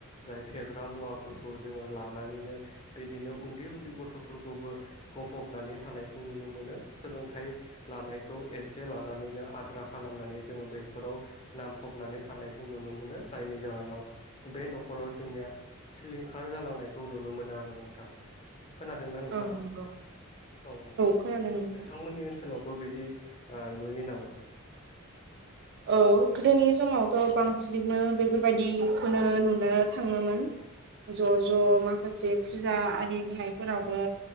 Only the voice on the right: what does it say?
औ नंगौ
खोनादों नोंथां
औ गोदोनि समावथ' बांसिसुबिनो बेफोरबायदिखौनो नुनो थाङोमोन। ज' ज' माखासे फुजा आरि होनायफोरावबो